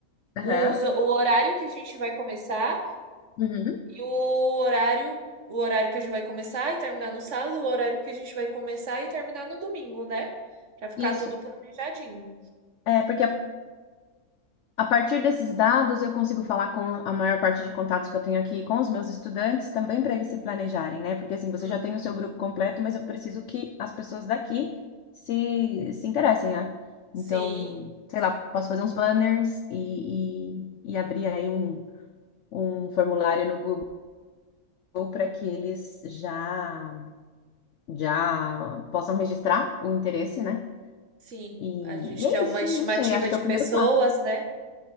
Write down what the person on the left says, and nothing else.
aham.
Uhum.
Isso.
É, porque A partir desses dados, eu consigo falar com a maior parte de contatos que eu tenho aqui com os meus estudantes, também para eles se planejarem, né? Porque assim, você
já tem o seu grupo completo, mas eu preciso que as pessoas daqui se, se interessem, né? Então,
sei lá, posso fazer uns banners e, e, e abrir aí um, um formulário no Google para que eles já, já possam registrar o interesse, né?
E,
e é
isso,
não sei, acho que
é o primeiro
passo.